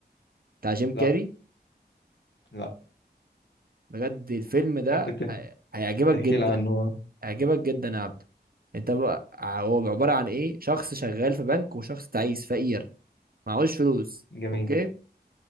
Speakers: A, on the right; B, on the left.
A: بتاع جيم
B: لا
A: كاري
B: لا
A: بجد الفيلم ده
B: ممكن تح-
A: هي- هيعجبك
B: تحكي
A: جدا
B: لي عنه
A: هيعجبك جدا يا عبد انت بقى هو عباره عن ايه شخص شغال في بنك وشخص تعيس فقير معهوش فلوس
B: جميل
A: اوكي